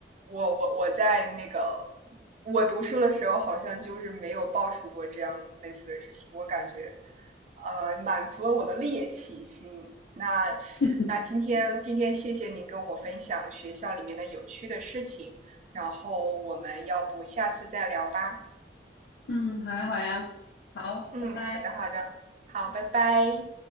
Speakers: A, on the right (about 40°); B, on the left (about 80°).
A: 我我我在那个我读书的时候，好像就是没有爆出过这样类似的事情。我感觉，呃，满足了我的猎奇心。那
B: <laughs>
A: 那今天今天谢谢您跟我分享学校里面的有趣的事情，然后我们要不下次再聊吧？
B: 嗯，好呀，好呀，好，
A: 嗯，
B: 拜拜。
A: 好的好的，好，拜拜。